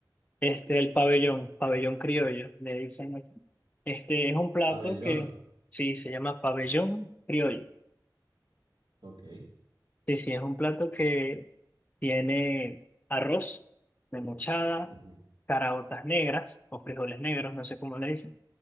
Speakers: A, on the left; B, on the right.
A: este, el pabellón, pabellón criollo, le dicen aquí. Este es un plato
B: Pabellón,
A: que, sí, se llama pabellón criollo.
B: ok.
A: Sí, sí, es un plato que tiene arroz, memochada,
B: Ujú.
A: caraotas negras o frijoles negros, no sé cómo le dicen.